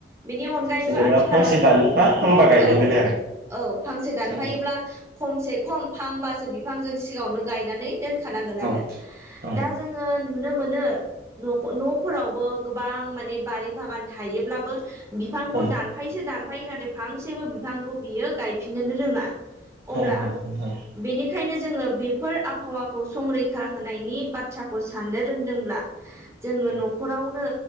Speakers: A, on the right; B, on the right.
A: बेनि अनगायैबो
B: जेनेबा
A: आथिखालावथ'
B: फांसे दानोबा
A: औ
B: फांबा गायनांगोन
A: औ फांसे दानफायोब्ला
B: आरो औ
A: खमसे खम फांबासो बिफांजों सिगाङावनो गायनानै दोनखानांगोन।
B: औ
A: दा
B: औ
A: जोङो नुनो मोनो न' न'फोरावबो गोबां माने बारि बागान थायोब्लाबो बिफांखौ
B: औ
A: दानफायोसो दानफायो नाथाय फांसेबो बिफांखौ बियो गायफिनोनो रोङा। अब्ला
B: औ नंगौ नोंथां
A: बेनिखायनो जोङो बेफोर आबहावाखौ संगरै खा होनायनि बाथ्राखौ साननो रोंदोंब्ला जोङो
B: औ
A: न'खरावनो